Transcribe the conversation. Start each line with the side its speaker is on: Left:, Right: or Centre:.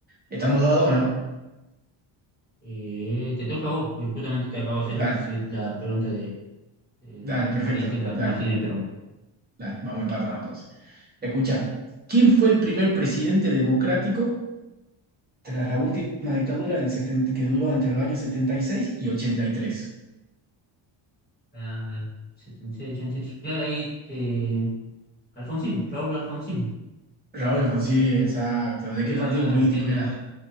Right: Estamos dos a dos, ¿no?
Left: eh, te toca a vos, justamente te acabo de hacer
Right: Dale,
Left: la, presi- la pregunta de, de
Right: dale,
Left: la
Right: perfecto,
Left: María Estela
Right: dale,
Left: Martínez Perón.
Right: dale, vamos empatados entonces. Escucha, ¿quién fue el primer presidente democrático tras la última dictadura del 70 que duró entre los años setenta y seis y y ochenta y tres?
Left: Ah, setenta y 83. Claro, ahí eh, Alfonsín, Raúl Alfonsín.
Right: Raúl Alfonsín, exacto. ¿De
Left: Claro,
Right: qué partido político
Left: sí, sí.
Right: era?